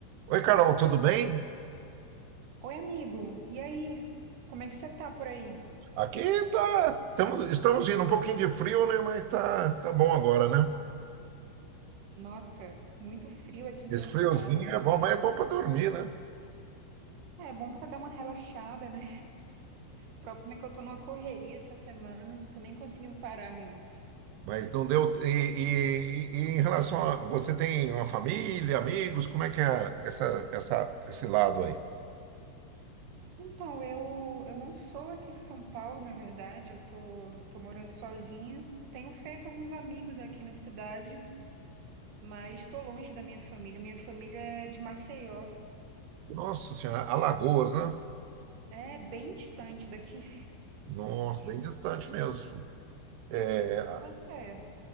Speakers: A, on the right; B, on the right.
A: Oi, Carol, tudo bem?
B: Oi, amigo. E aí? Como é que você tá por aí?
A: Aqui tá, tamo- estamos indo um pouquinho de frio, né? Mas tá, tá bom agora, né?
B: Nossa, muito frio aqui em
A: Esse
B: São
A: friozinho
B: Paulo também.
A: é bom, mas é bom para dormir, né?
B: É bom pra dar uma relaxada, né? O problema é que eu tô numa correria essa semana, tô nem conseguindo parar muito.
A: Mas não deu. E, e- e em relação a você tem uma família, amigos, como é que é essa, essa, esse lado aí?
B: Então, eu, eu não sou aqui de São Paulo, na verdade, eu tô, tô morando sozinha. Tenho feito alguns amigos aqui na cidade, mas tô longe da minha família. Minha família é de Maceió.
A: Nossa Senhora, Alagoas, né?
B: É bem distante daqui.
A: Nossa, bem distante mesmo. É,
B: E você?